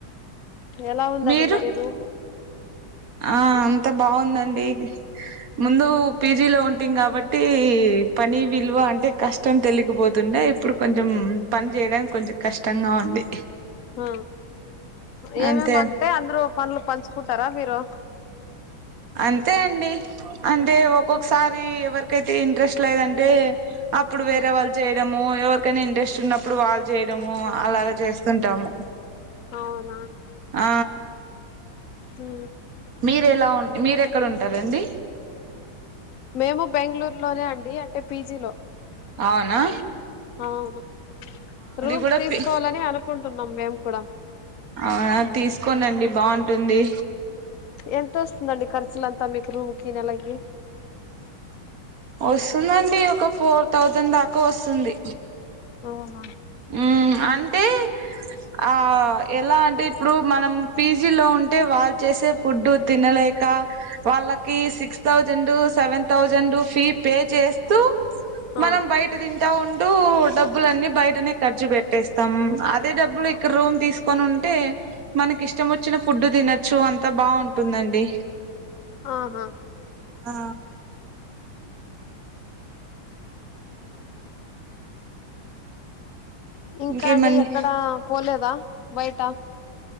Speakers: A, on the left; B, on the right.
A: ఎలా ఉందండి
B: మీరు
A: మరి రూము
B: ఆ అంత బావుదండి ముందూ పీజీ లో ఉంటిం గాబట్టి పని విలువ అంటే కస్ ష్టం తెలికపోతుండే ఇప్పుడు కొంచం పన్ జేయ్డానిక్ కొంచం కష్టంగా ఉంది
A: హా ఏమేమంటే
B: అంతే
A: అంద్రూ పండ్లు పంచుకుంటారా మీరు
B: అంతే అండి అంటే ఒక్కొక్క్సారి ఎవరికైతే ఇంట్రెస్ట్ లేదంటే అప్పుడు
A: హ్మ్
B: వేరే వాళ్ళ్ జేయడము ఎవరికైనా ఇంట్రెస్టున్నప్పుడు వాళ్ళ్ జేయడము అలాగ జేస్తుంటాము
A: అవ్ నా
B: ఆ
A: తూ
B: మీరెలా ఉన్ మీరెక్కడుంటారండి
A: మేము బెంగ్ళూర్ లోనే అండి అంటే పీజిలో
B: అవ్ నా
A: అవ్ నా రూమ్
B: కూడా
A: తీస్కోవాలనే
B: పి
A: అనుకుంటున్నాం మేమ్ కూడ
B: అవునా తీస్కోనండి బాంటుంది
A: ఎంతొస్తుందండి ఖర్చులంతా మీకు రూమ్ కి నెలకి
B: వస్తుందండి ఒక ఫోర్ థౌజెండ్ దాక వొస్తుంది
A: ఓ హా
B: ఊ అంటే ఆ ఎలా అంటే ఇప్ప్డు మనం పీజీలో ఉంటే వాళ్ళ్ చేసే ఫుడ్డు తినలేక వాళ్ళకి six thousand seven thousand fee pay జేస్తూ
A: ఆ
B: మనం బయట దింటా ఉంటూ డబ్బులన్నీ బయటనే ఖర్చు బెట్టేస్తాం అదే డబ్బులు ఇక్కడ రూమ్ తీస్కొనుంటే మనకి ఇష్టమొచ్చిన ఫుడ్డు దినచ్చు అంతా బావుంటుందండి
A: ఆహా
B: ఆ
A: ఇంకా
B: ఇంకేమండి
A: అండి ఎక్కడా పోలేదా బైట